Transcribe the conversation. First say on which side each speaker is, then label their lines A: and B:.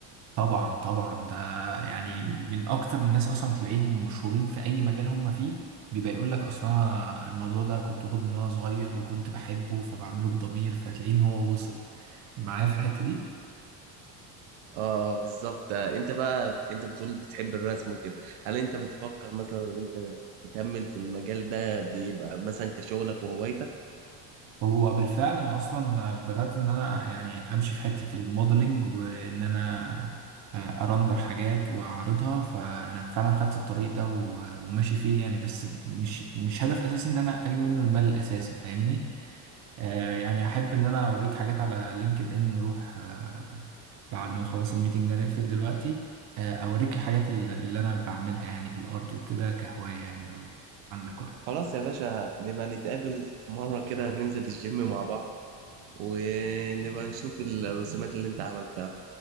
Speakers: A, on the right; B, on the right.
A: طبعا طبعا ده يعني من اكتر الناس اصلا تلاقيهم مشهورين في اي مجال هم فيه بيبقى يقول لك اصلا أنا الموضوع ده كنت واخده من وانا صغير وكنت بحبه فبعمله بضمير فتلاقيه ان هو وصل معايا في الحته دي
B: اه بالظبط آه، انت بقى انت بتقول بتحب الرسم وكده هل انت بتفكر مثلا ان انت تكمل في المجال ده بيبقى مثلا كشغلك وهوايتك
A: هو بالفعل انا اصلا بدات ان انا يعني امشي في حته الموديلنج وان انا آه، ارندر حاجات واعرضها فانا فعلا خدت الطريق ده و- وماشي فيه يعني بس مش مش هدف اساسي ان انا اجني منه المال الاساسي فاهمني آه يعني احب ان انا اوريك حاجات على لينكد ان نروح آه بعد ما نخلص الميتنج ده نقفل دلوقتي آه اوريك الحاجات ال- اللي انا بعملها يعني بالارت وكده كهوايه يعني لو عندك وقت
B: خلاص يا باشا نبقى نتقابل في مرة كده ننزل الجيم مع بعض ونبقى نشوف الرسومات اللي انت عملتها